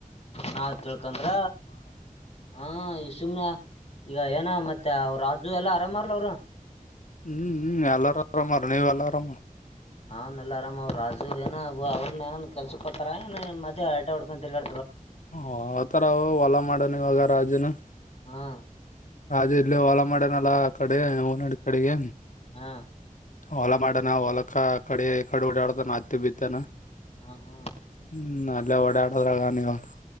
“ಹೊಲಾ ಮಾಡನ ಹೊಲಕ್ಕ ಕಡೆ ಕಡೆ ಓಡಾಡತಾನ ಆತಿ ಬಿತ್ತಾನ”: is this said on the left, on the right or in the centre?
Left